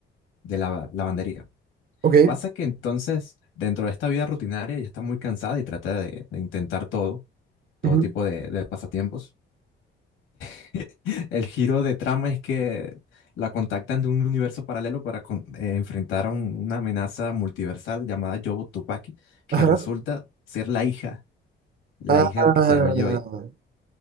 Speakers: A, on the left; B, on the right.
A: de lava- lavandería.
B: Ok.
A: Pasa que entonces, dentro de esta vida rutinaria, ella está muy cansada y trata de de intentar todo, todo
B: ujú,
A: tipo de de pasatiempos <laughs> El giro de trama es que la contactan de un universo paralelo para con- eh, enfrentar a un- una amenaza multiversal llamada Yobo Tupaki, que
B: Ajá.
A: resulta ser la hija, la
B: Ah,
A: hija que se llama Joy.